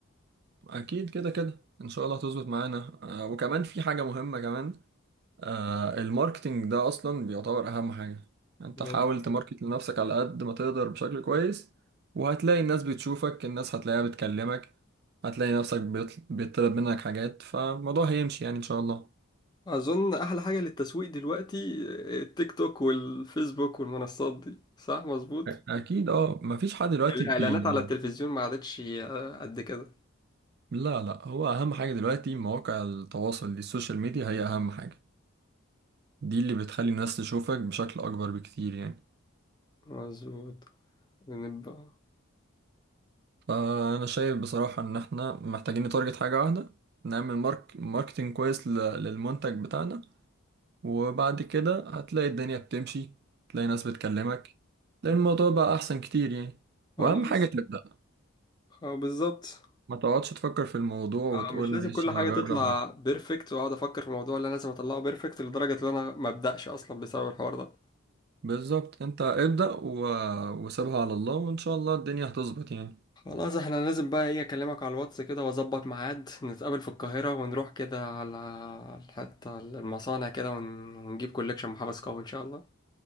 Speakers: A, on the right; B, on the left.
A: اكيد كده كده ان شاء الله هتظبط معانا آه، وكمان في حاجة مهمة كمان آه الماركتينج ده اصلا بيعتبر اهم حاجة انت
B: مم.
A: حاول تماركت لنفسك على قد ما تقدر بشكل كويس وهتلاقي الناس بتشوفك الناس هتلاقيها بتكلمك هتلاقي نفسك بيطل- بيطلب منك حاجات فالموضوع هيمشي يعني ان شاء الله
B: اظن احلى حاجة للتسويق دلوقتي التيك توك والفيسبوك والمنصات دي صح مظبوط
A: أ- اكيد اه مفيش حد دلوقتي
B: الاعلانات
A: بي
B: على التلفزيون ما عادتش آه، قد كده
A: لا لا هو اهم حاجة دلوقتي مواقع التواصل دي السوشيال ميديا هي اهم حاجة دي اللي بتخلي الناس تشوفك بشكل اكبر بكتير يعني
B: مظبوط نبقى
A: فأنا شايف بصراحة إن إحنا محتاجين نتارجت حاجة واحدة نعمل مارك ماركتينج كويس ل- للمنتج بتاعنا وبعد كده هتلاقي الدنيا بتمشي تلاقي ناس بتكلمك تلاقي الموضوع بقى أحسن كتير يعني
B: خلاص
A: وأهم حاجة تبدأ
B: اه بالظبط
A: ما تقعدش تفكر في الموضوع
B: اه
A: وتقول
B: مش
A: ماشي
B: لازم كل حاجة
A: هجرب
B: تطلع بيرفكت واقعد افكر في الموضوع اللي انا لازم اطلعه بيرفكت لدرجة ان انا ما ابدأش اصلا بسبب الحوار ده
A: بالظبط أنت ابدأ و... وسيبها على الله وإن شاء الله الدنيا هتظبط يعني
B: خلاص احنا لازم بقى ايه اكلمك على الواتس كده واظبط ميعاد نتقابل في القاهرة ونروح كده على حتة المصانع كده ون- ونجيب كوليكشن محبس قوي ان شاء الله